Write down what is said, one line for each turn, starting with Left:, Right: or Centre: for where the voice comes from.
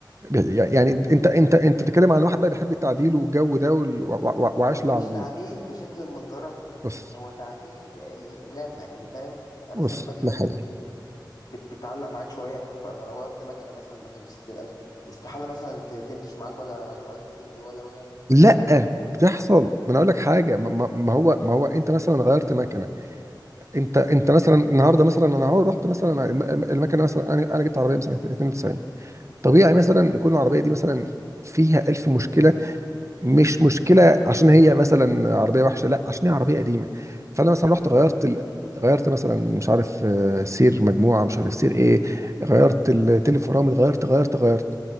Right: بي- يعني انت انت انت بتتكلم عن واحد بقى بيحب التعديل والجو ده وال- وع- وع- وعايش
Left: ما هو
Right: العربيه
Left: مش تعديل بشكل منظرها
Right: بص
Left: هو تعديل ن- نافع يعني فاهم يعني
Right: بص
Left: مثلا مكنه
Right: أقول لك
Left: بت...
Right: حاجه
Left: بت... بتعلق معاك شويه فانا لو غيرت مكنه مثلا مكنه ب 60000 استحاله مثلا ت- تنتش معاك ولا سرعتها تقل ولا ولا
Right: لا بتحصل ما انا اقول لك حاجه ما ما- ما هو ما هو انت مثلا غيرت مكنه انت انت مثلا النهارده مثلا انا اهو رحت مثلا الم- الم- المكنه مثلا انا انا جبت عربيه مثلا 92 طبيعي
Left: مم.
Right: مثلا يكون العربيه دي مثلا فيها 1000 مشكله مش مشكله عشان هي مثلا عربيه وحشه لا عشان هي عربيه قديمه فانا مثلا رحت غيرت ال... غيرت مثلا مش عارف آه، سير مجموعه مش عارف سير ايه غيرت التل فرامل غيرت غيرت غيرت